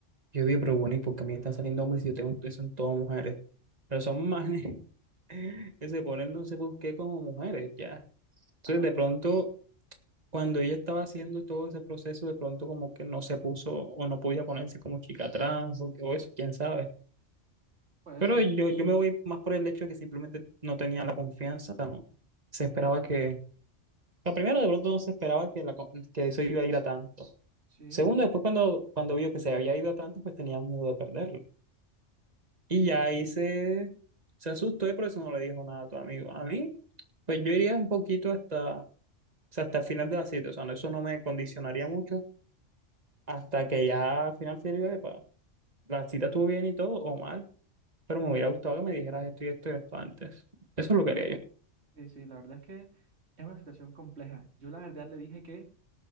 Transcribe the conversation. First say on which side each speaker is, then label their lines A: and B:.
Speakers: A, on the right; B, on the right.
A: Yo digo, pero bueno, ¿y por qué a mí me están saliendo hombres si yo tengo eso en todas mujeres? Pero son manes <laughs> que se ponen no sé por qué como mujeres, ya. Entonces,
B: ajá,
A: de pronto, cuando ella estaba haciendo todo ese proceso, de pronto como que no se puso o no podía ponerse como chica trans o, o eso, quién sabe.
B: puede
A: Pero
B: ser,
A: yo, yo me voy más por el hecho de que simplemente no tenía la confianza, no. Se esperaba que... Lo primero, de pronto no se esperaba que, la, co- que eso iba a ir a tanto.
B: sí,
A: Segundo, después cuando, cuando vio que se había ido a tanto, pues tenía miedo de perderlo. Y ya ahí se, se asustó y por eso no le dijo nada a tu amigo. A mí, pues yo iría un poquito hasta, o sea, hasta el final de la cita. O sea, no, eso no me condicionaría mucho hasta que ya al final se diga, "Epa, la cita estuvo bien y todo, o mal, pero me hubiera gustado que me dijeras esto y esto y esto antes. Eso es lo que haría yo.
B: sí, sí, la verdad es que es una situación compleja. Yo la verdad le dije que